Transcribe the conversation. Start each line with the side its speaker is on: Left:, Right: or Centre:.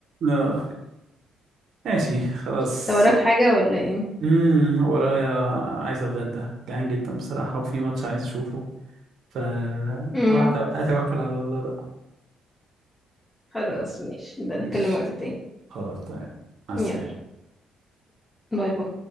Right: آه ماشي خلاص
Left: انت وراك حاجة ولا ايه؟
Right: امم ورايا عايز أتغدى جعان جدا بصراحة وفي ماتش عايز أشوفه فأروح
Left: امم
Right: أتوكل على الله بقى
Left: خلاص ماشي نبقى
Right: ماشي
Left: نتكلم وقت تاني
Right: خلاص تمام مع السلامة
Left: يلا باي باي